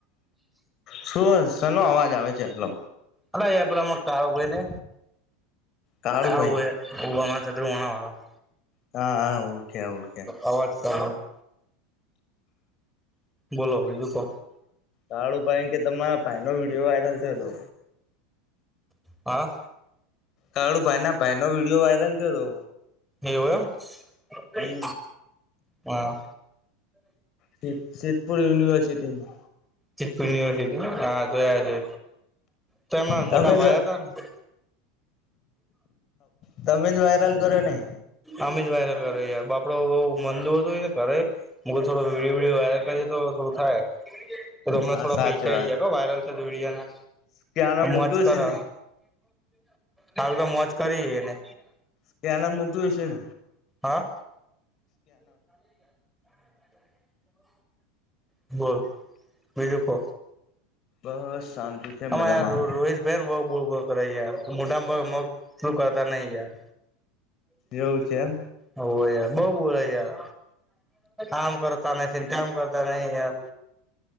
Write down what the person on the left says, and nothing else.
શું શેનો અવાજ આવે છે એટલો?
કાળુ
ભાઈ
હા હા ઓળખે ઓળખે.
કાળું ભાઈ કે તમારા ભાઈનો વીડીયો વાયરલ થયો તો.
કાળુ ભાઈ ના ભાઈ નો વિડીયો વાયરલ થયો તો.
હમ
સિ-સિદ્ધપુર યનિવર્સિટીનું.
તમે
જ
તમે જ વાયરલ કર્યો ને?
હા
સાચી
વાત.
સ્કેનર
મૂક્યું
હશે ને?
સ્કેનર મોકલ્યું હશે ન.
બસ શાંતિ. છે
મજામાં.
એવું છે એમ